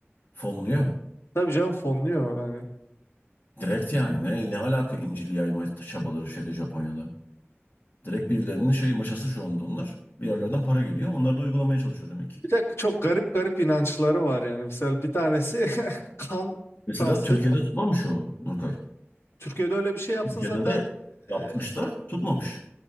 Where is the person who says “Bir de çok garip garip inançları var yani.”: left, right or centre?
Left